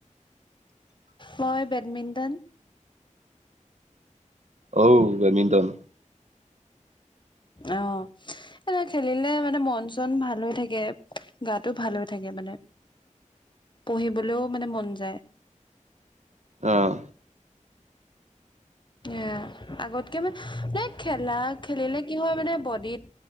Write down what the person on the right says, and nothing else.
অঔ বেডমিণ্টন।
অহ।